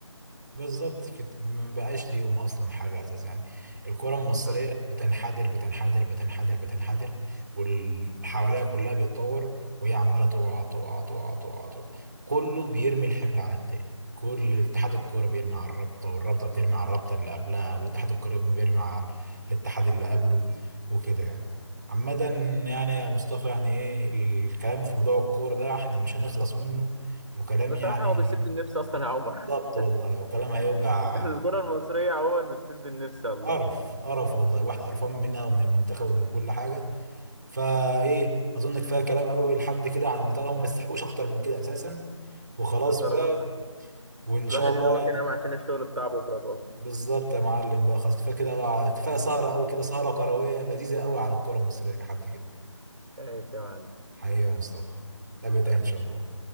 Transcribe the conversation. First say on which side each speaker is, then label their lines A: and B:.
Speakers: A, on the right; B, on the right.
A: بالظبط كده ما بقاش ليهم اصلا حاجه اساس يعني الكره المصريه
B: آه.
A: بتنحدر بتنحدر بتنحدر بتنحدر واللي حواليها كلها بيتطور وهي عماله تقع تقع تقع تقع تقع كله بيرمي الحمل على التاني كل اتحاد الكوره بيرمي على الرابطه والرابطه بترمي على الرابطه اللي قبلها والاتحاد الكوره بيرمي على الاتحاد اللي قبله وكده يعني عامة يعني يا مصطفى يعني ايه الكلام في موضوع الكورة ده احنا مش هنخلص منه وكلام
B: بصراحه
A: يعني
B: هو بيسد النفس اصلا يا عمر
A: بالظبط والله وكلام هيوجع
B: <laughs> الكره المصريه عموما بتسد النفس والله
A: قرف قرف والله واحد قرفان منها ومن المنتخب ومن كل حاجه فايه اظن كفايه كلام قوي لحد كده عن بتاع هم ما يستحقوش اكتر من كده اساسا وخلاص
B: بصراحه
A: بقى وان
B: الواحد
A: شاء الله
B: يدوبك هنا عشان الشغل بتاع بكره برضه
A: بالظبط يا معلم بقى خلاص كفايه كده بقى. كفايه سهره قوي كده سهره كرويه لذيذه قوي على الكره المصريه كحد كده
B: ماشي يا
A: حقيقي يا مصطفى نتقابل تاني
B: معلم
A: ان شاء الله